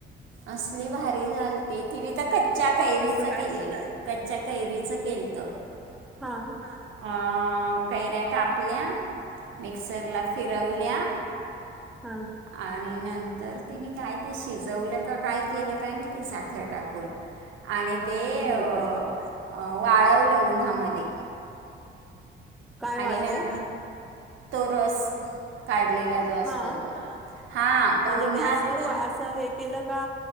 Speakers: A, on the right; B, in the centre.
A: असली भारी झालती तिने कच कच्च्या कैरीच
B: कसं काय
A: केलेलं आहे कच्च्या कैरीचं केलत अ
B: हा
A: कैऱ्या कापल्या मिक्सर ला फिरवल्या
B: हा
A: आणि नंतर तिने काय ते शिजवलं का काय केलं काय मी ती साखर टाकून आणि ते
B: हो
A: वाळवलं
B: काय
A: उन्हामध्ये
B: काय वाळवलं
A: आणि नं तो रस काय असो
B: हा
A: हा ते
B: म्हणजे
A: उन्हात
B: गॅसवर वा- असं हे केलं का